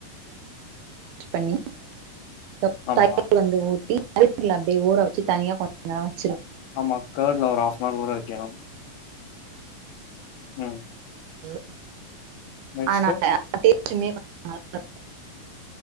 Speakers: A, on the right (about 80°); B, on the left (about 80°).
A: பண்ணி <inaudible>
B: ஆமா
A: வந்து ஊத்தி <inaudible> அப்படிய ஊற வச்ச தனியா கொஞ்ச <inaudible>
B: ஆமா கேர்டு ஒரு ஆஃப் நாள் ஊற வைக்கணு ம்
A: ம்
B: நெக்ஸ்ட்
A: அதனால தே ற்றுமே <inaudible>